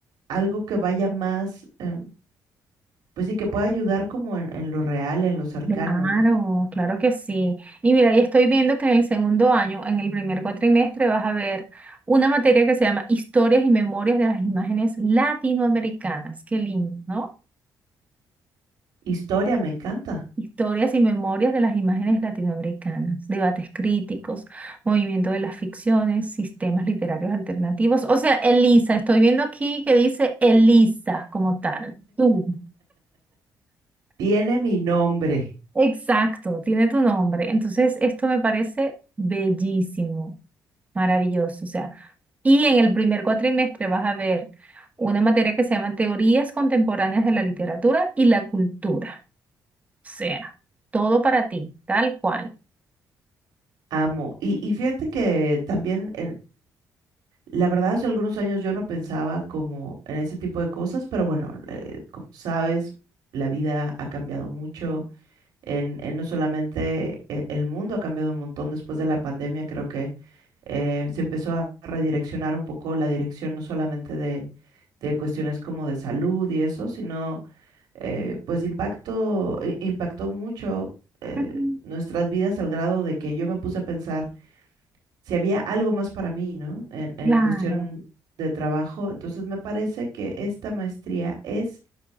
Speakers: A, on the right (about 80°); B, on the right (about 20°).
A: algo que vaya más, em, pues sí, que pueda ayudar como en, en lo real, en lo cercano,
B: Claro,
A: ¿no?
B: claro que sí. Y mira, y estoy viendo que en el segundo año, en el primer cuatrimestre, vas a ver una materia que se llama Historias y Memorias de las Imágenes Latinoamericanas. Qué lindo, ¿no?
A: Historia, me encanta.
B: Historias y Memorias de las Imágenes Latinoamericanas, debates críticos, movimiento de las ficciones, sistemas literarios alternativos. O sea, Elisa, estoy viendo aquí que dice Elisa como tal. Tú.
A: Tiene mi nombre,
B: Exacto, tiene tu nombre. Entonces, esto me parece bellísimo. Maravilloso, o sea. Y en el primer cuatrimestre vas a ver una materia que se llama Teorías Contemporáneas de la Literatura y la Cultura. O sea, todo para ti, tal cual.
A: amo. Y, y fíjate que también La verdad, hace algunos años yo no pensaba como en ese tipo de cosas, pero bueno, eh, como sabes, la vida ha cambiado mucho. En, en no solamente eh, el mundo ha cambiado un montón después de la pandemia, creo que eh, se empezó a redireccionar un poco la dirección, no solamente de, de cuestiones como de salud y eso, sino eh, pues impacto, i- impactó mucho eh,
B: Ujú.
A: nuestras vidas al grado de que yo me puse a pensar si había algo más para mí, ¿no? En, en
B: Claro.
A: cuestión de trabajo. Entonces me parece que esta maestría es